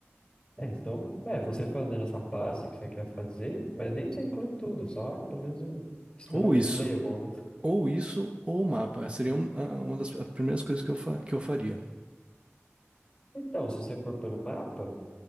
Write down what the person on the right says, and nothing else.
Ou isso,
ou isso, ou o mapa. seria um- a- uma das primeiras coisas que eu, fa- que eu faria.